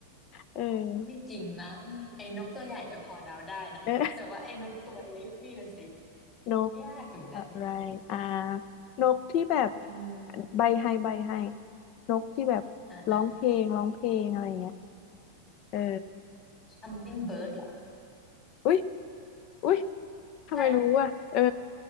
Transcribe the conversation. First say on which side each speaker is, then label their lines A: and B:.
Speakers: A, on the left (about 40°); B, on the left (about 25°).
A: เอ
B: ไม่จริงมั้งไอ้นกตัวใหญ่อะพอเดาได้นะแต่ว่าไอ้นกตัวเล็กนี่ละสิ
A: อเออนก
B: ยากอยู่นะนี่
A: อะไรอ่านกที่แบบ
B: อืม
A: ใบให้ใบให้นกที่แบบร้องเพลงร้องเพลงอะไรเงี้ย
B: อ่ะอ่ะ
A: เออ
B: hummingbird เหรอ
A: อุ๊ยอุ๊ยทำไมรู้อ่ะเออ
B: ใช่เหรอ